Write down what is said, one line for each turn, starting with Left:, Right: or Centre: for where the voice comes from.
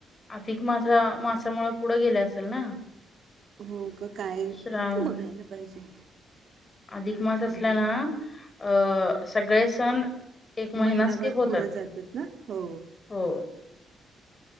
Left: अधिक मासामुळे पुढं गेला असेल ना
Right: हो काय
Left: श्रावण
Right: तू बघायला पाहिजे
Left: अधिक मास असल्या
Right: म्हणजे
Left: ना अ सगळे सण एक महिना
Right: महिनाभर
Left: स्किप होतात
Right: पुढं जातात ना हो
Left: हो